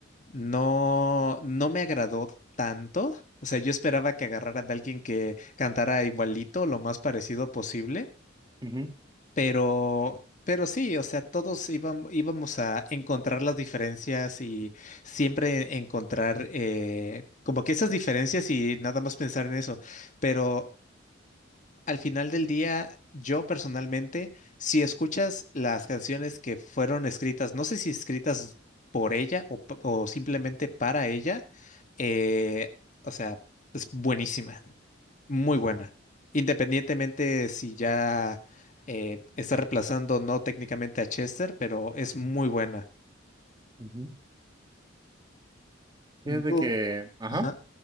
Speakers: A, on the left (about 40°); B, on the right (about 20°).
A: no, no me agradó tanto. O sea, yo esperaba que agarrara de alguien que cantara igualito, lo más parecido posible,
B: Ujú,
A: pero... Pero sí, o sea, todos íbam- íbamos a encontrar las diferencias y siempre encontrar eh, como que esas diferencias y nada más pensar en eso pero al final del día, yo personalmente, si escuchas las canciones que fueron escritas, no sé si escritas por ella o, p- o simplemente para ella, eh, o sea, es buenísima, muy buena. Independientemente si ya eh, está reemplazando no técnicamente a Chester, pero es muy buena.
B: ujú. Fíjate
A: Mm, ¿Tú?
B: que, ajá,
A: ajá.